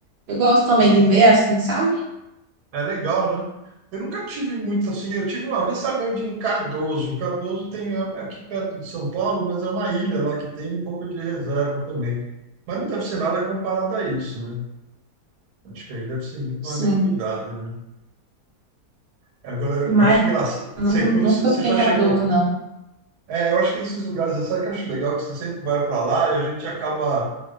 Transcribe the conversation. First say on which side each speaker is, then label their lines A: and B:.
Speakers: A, on the right; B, on the right.
A: Eu gosto também de ver assim, sabe?
B: É legal, né? Eu nunca tive muito assim. Eu tive uma vez, sabe onde? Em Cardoso. Cardoso tem é é aqui perto de São Paulo, mas é uma ilha lá que tem um pouco de reserva também. Mas não deve ser nada comparado a isso, né? Acho que aí deve ser muito
A: Sim,
B: mais bem cuidado, né? Agora, eu
A: mas
B: acho engraçado.
A: eu
B: Você,
A: nu-
B: quando
A: nunca
B: você, você
A: fui
B: já
A: em Cardoso,
B: chegou.
A: não.
B: É, eu acho que esses lugares, sabe que eu acho legal que você sempre vai para lá e a gente acaba.